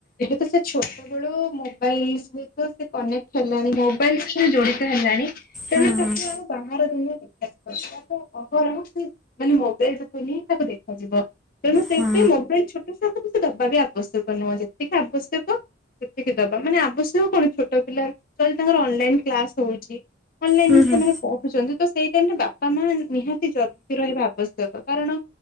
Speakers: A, on the left; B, in the centre.
A: ଏବେ ତ ସେ ଛୋ ସତେବେଳୁ ମୋବାଇଲ ସହିତ ସେ କନେକ୍ଟ ହେଲାଣି ମୋବାଇଲ ଜଡ଼ିତ ହେଲାଣି। ତେଣୁ।
B: ହୁଁ
A: <unintelligible> ବାହାର ଦୁନିଆଁ ଦେଖାଯିବ ତା ଅହରହ ସେ ମାନେ ମୋବାଇଲ ଦୁନିଆଁ ତାକୁ ଦେଖାଯିବ। ତେଣୁ ସେଇଥିପାଇଁ
B: ହୁଁ
A: ମୋବାଇଲ ଛୋଟ ଛୁଆକୁ ବେଶି ଦବା ବି ଆବଶ୍ୟକ ନୁହଁ ଯେତିକି ଆବଶ୍ୟକ ସେତିକି ଦବା ମାନେ ଆବଶ୍ୟକ କଣ ଛୋଟ ପିଲା ଯଦି ତାଙ୍କର ଅନଲାଇନ କ୍ଲାସ ହଉଛି। ଅନଲାଇନ
B: ହୁଁ
A: ରେ ସେମାନେ
B: ହୁଁ
A: ପଢୁଛନ୍ତି ତ ସେଇ ଟାଇମ ରେ ବାପା ମା ନିହାତି ଜଗି ରହିବା ଆବଶ୍ୟକ। କାରଣ